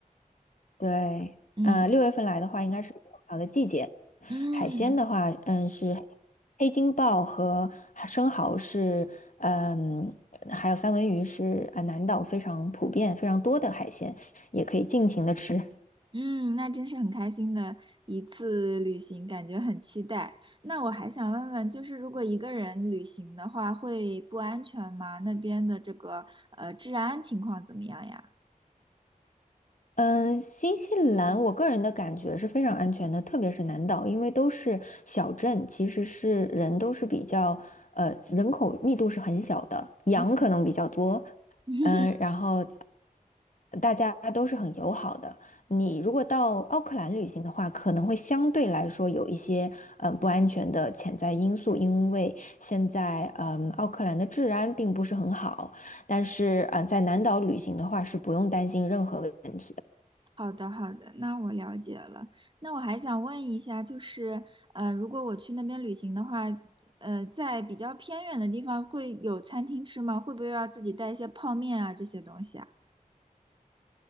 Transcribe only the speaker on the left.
对，
呃，六月份来的话，应该是猕猴桃的季节。
海鲜的话，嗯，是黑金鲍和生蚝是，嗯，还有三文鱼是啊，南岛非常普遍、非常多的海鲜，也可以尽情的吃。
嗯，新西兰，我个人的感觉是非常安全的，特别是南岛，因为都是小镇，其实是人都是比较，呃，人口密度是很小的，羊可能比较多，
嗯，然后大家都是很友好的。你如果到奥克兰旅行的话，可能会相对来说有一些，呃，不安全的潜在因素，因为现在，嗯，奥克兰的治安并不是很好，但是，嗯呃在南岛旅行的话是不用担心任何问题。